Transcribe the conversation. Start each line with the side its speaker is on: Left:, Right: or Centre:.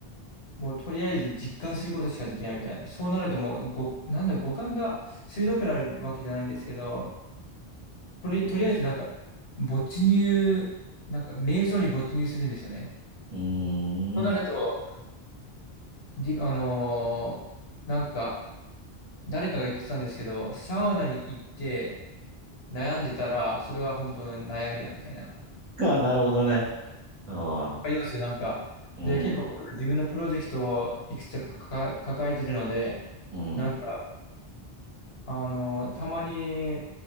Left: もうとりあえず実感することしかできないみたいな。そうなるともう、ご、なんだ、五感が鋭くなるわけじゃないんですけど、とり、とりあえずなんか、没入、なんか、瞑想に没入するんですよね。
Right: うん。
Left: となると、りあのーなんか、誰かが言ってたんですけど、サウナに行って悩んでたら、それは本当の悩みだみたいな。わ
Right: あ、なるほどね。ああ、
Left: かりますなんか。
Right: うん、
Left: で、結構僕、自分のプロジェクトをいくつか抱え、抱えてるので、
Right: うん、
Left: なんか、あのーたまに